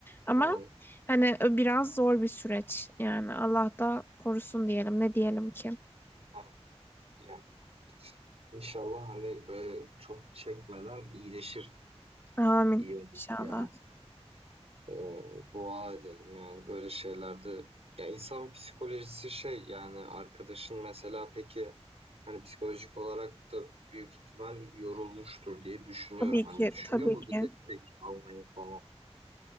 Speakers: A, on the left; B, on the right.
A: ama
B: Sağ
A: hani biraz zor bir süreç yani Allah da korusun diyelim ne diyelim ki
B: Amin. Yani İnşallah hani böyle çok çekmeden iyileşir.
A: amin
B: İyi olur
A: inşallah
B: yani. Ee, dua edelim yani böyle şeylerde ya insan psikolojisi şey yani arkadaşın mesela peki hani psikolojik olarak da büyük ihtimal yorulmuştur diye düşünüyorum.
A: tabii
B: Hani
A: ki
B: düşünüyor
A: tabii
B: mu
A: ki
B: bir destek almayı falan?